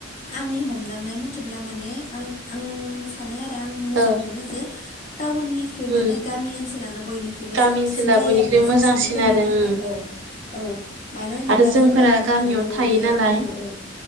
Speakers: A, on the left (about 40°); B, on the right (about 70°).
A: आंनि हमदांनाय मथेब्ला माने आं आं सानो आरो आं मोजां
B: औ ओ
A: मोनो जे टाउननिख्रुइ
B: उम
A: माने गामि ओनसोलानो बयनिख्रुइबो
B: गामि
A: साबसिन
B: ओनसोला
A: जायो
B: बयनिख्रुइ
A: आरोना
B: मोजांसिन
A: जों सुबुंफोरनि
B: आरो
A: थाखाय
B: उम
A: औ। औ मानो होनोब्ला
B: आरो जोंफोरा
A: जों गामियाव
B: गामियावनो
A: थानानै बयबो
B: थायो नालाय
A: औ औ